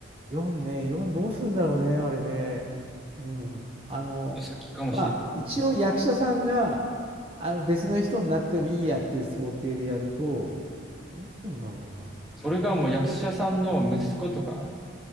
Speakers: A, on the right (about 30°); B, in the centre.
A: 4ね、4どうするんだろうね、あれね。うん。あの、
B: 先かもしれない。
A: まあ、一応役者さんが、あの、別の人になってもいいやっていう想定でやると、どうするんだろ
B: それがもう役者さんの息子とか